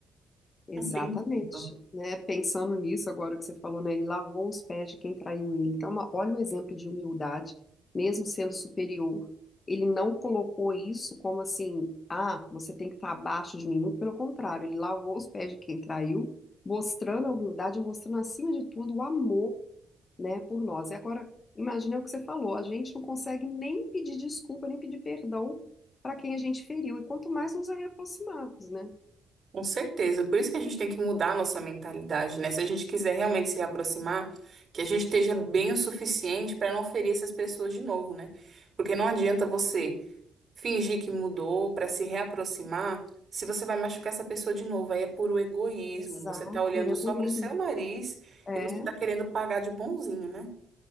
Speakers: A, on the left; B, on the right.
A: Exatamente,
B: Não tem desculpa.
A: né? Pensando nisso agora que você falou, né? Ele lavou os pés de quem traiu ele. Então, é uma- olha o exemplo de humildade, mesmo sendo superior, ele não colocou isso como assim, ah, você tem que estar abaixo de mim. Muito pelo contrário, ele lavou os pés de quem traiu, mostrando a humildade, mostrando acima de tudo o amor, né, por nós. E agora, imagina o que você falou, a gente não consegue nem pedir desculpa, nem pedir perdão para quem a gente feriu, e quanto mais nos aproximarmos, né?
B: Com certeza. Por isso que a gente tem que mudar a nossa mentalidade, né? Se a gente quiser realmente se aproximar, que a gente esteja bem o suficiente para não ferir essas pessoas de novo, né? Porque não adianta você fingir que mudou para se reaproximar, se você vai machucar essa pessoa de novo. Aí é puro egoísmo.
A: Exato,
B: Você tá olhando
A: por egoísmo.
B: só pro seu nariz
A: É,
B: e você tá querendo pagar de bonzinho, né?